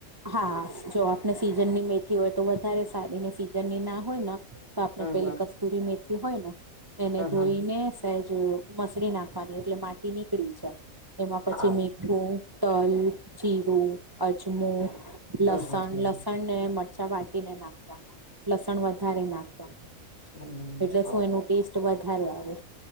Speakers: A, on the right (about 30°); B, on the left (about 90°).
A: હા જો આપને સીઝનની મેથી હોય તો વધારે સારી ને સીઝનની ના હોય ને તો આપણે
B: હમ
A: પેલી
B: હમ
A: કસ્તુરી મેથી હોય ને એને
B: હમ
A: ધોઈને
B: હમ હમ
A: મસળ નાખવાની એટલે માટી નીકળી છે એમાં પછી
B: હા
A: મી મઠું, તલ, જીરો, અજમો, લસણ.
B: હમ હમ હમ
A: લસણ મરચા વાટીને નાખવાના, લસણ વધારે નાખવાની.
B: હમ
A: એટલે શું
B: ઓહો
A: એનું ટેસ્ટ વધારે આવે.